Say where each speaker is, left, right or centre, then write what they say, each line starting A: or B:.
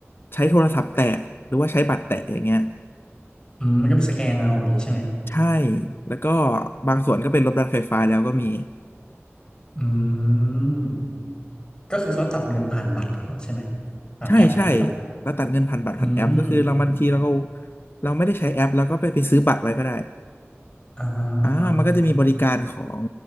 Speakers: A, on the left; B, on the left.
A: ใช้โทรศัพท์แตะหรือว่าใช้บัตรแตะอย่างเงี้ย
B: อืมมันก็ไปสแกนเอาอย่างงี้ใช่ไหม
A: ใช่แล้วก็บางส่วนก็เป็นรถบัสไฟฟ้าแล้วก็มี
B: อืมก็คือเขาตัดเงินผ่านบัตรเหรอใช่ไหมผ่านแอปอย่างนี้ปะ
A: ใช่ใช่แล้วตัดเงินผ่านบัตรผ่านแอปก็คือเราบางทีเราก็
B: อืม
A: เราไม่ได้ใช้แอปแล้วก็ไปไปซื้อบัตรไว้ก็ได้
B: อ่าฮะอ่าฮะ
A: อ่ามันก็จะมีบริการของ